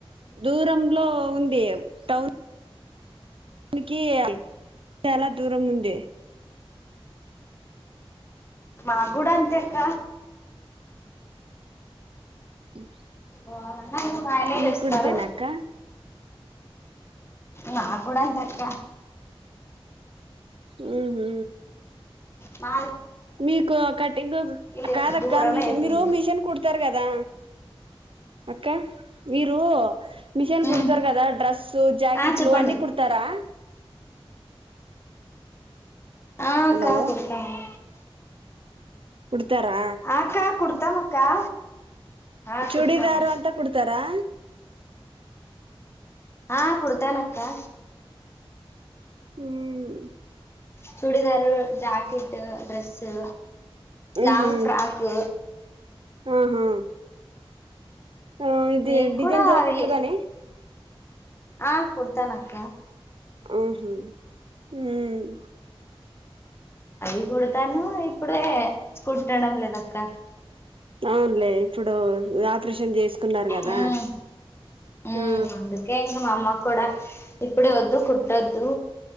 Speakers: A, on the right; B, on the left.
A: దూరం లో ఉంది టౌన్ నికీ చాలా దూరంగుంది
B: మాగూడ అంతే అక్క
A: హ
B: వాళ్ళన్నా ఇంకా మా ఆయనే
A: మీ
B: చేస్తారు
A: కుడితేనా అక్క
B: మా కూడా అంతే అక్క
A: మ్మ్ హూ
B: మా
A: మీకు కటింగ్
B: లే-
A: కాదక్క
B: దూరమే
A: మిషన్
B: అవుతుంది
A: మీరు మిషన్ కుడతారు కదా అక్క మీరూ మిషన్
B: ఉమ్.
A: కుడతారు కదా డ్రెస్సు జాకెట్లు
B: ఆ చెప్పండి
A: అన్ని కుడతారా
B: ఆ అక్క
A: హలో
B: కుడతాము
A: కుడతారా
B: ఆ అక్క కుడతాం అక్క ఆ
A: చుడీదారు
B: కుడతాము
A: అంతా కుడతారా
B: ఆ కుడతానక్కా
A: హ్మ్
B: చుడీదారు జాకెట్టు డ్రెస్సు లాంగ్
A: మ్ హు
B: ఫ్రాకు
A: ఆహా ఆ ఇది
B: నేను
A: డిజైన్
B: కూడా
A: జాకెట్లు
B: అవి
A: గాని
B: ఆ కుడతానక్కా
A: ఆహా హ్మ్
B: అది కుడతాను ఇప్పుడే కుట్టడం లేదక్క
A: అవునులే ఇప్పుడు ఆపరేషన్ చేసుకున్నారు కదా
B: మ్మ్ మ్మ్
A: ఆ
B: అందుకే ఇంకా మా అమ్మ కూడా ఇప్పుడే వద్దు కుట్టొద్దు